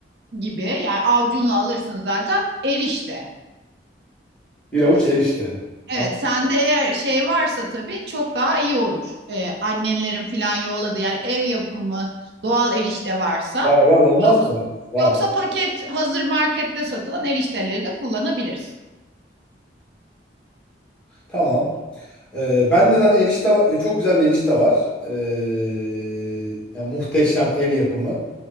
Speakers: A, on the right; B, in the centre.
A: gibi yani avcunla alırsın zaten erişte.
B: Bir avuç erişte. Ha,
A: Evet sende eğer şey varsa tabii çok daha iyi olur. E, annenlerin filan yolladı yani ev yapımı doğal erişte varsa.
B: Var var olmaz
A: Yoksa
B: mı? Var.
A: yoksa paket hazır markette satılan erişteleri de kullanabilirsin.
B: Tamam. Ee, ben de zaten erişte va- çok güzel bir erişte var. Ee, yani muhteşem ev yapımı.